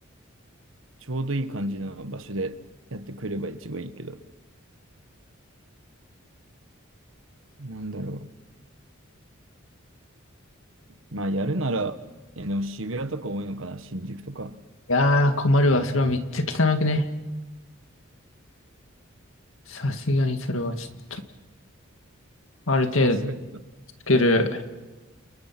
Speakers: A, on the right; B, on the left.
A: ちょうどいい感じの場所でやってくれれば一番いいけど、なんだろう。まあ、やるなら、え、でも渋谷とか多いのかな、新宿とか。
B: いやー、困るわ。それはめっちゃ汚くね。さすがにそれはちょっと、ある程度
A: さすがに。
B: つける。